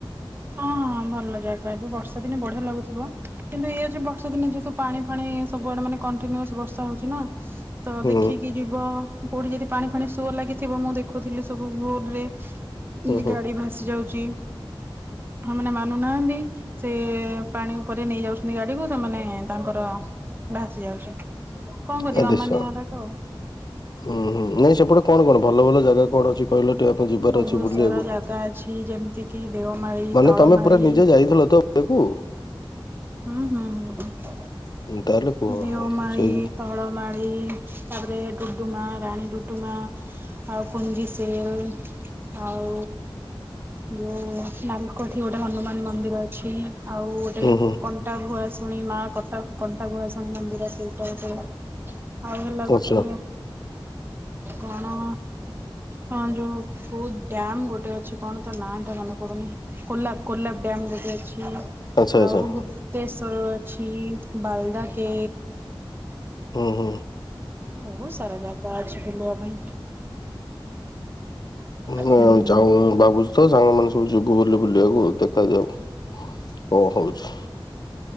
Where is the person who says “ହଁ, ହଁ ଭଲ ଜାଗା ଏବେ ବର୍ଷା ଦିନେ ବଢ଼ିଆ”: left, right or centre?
Right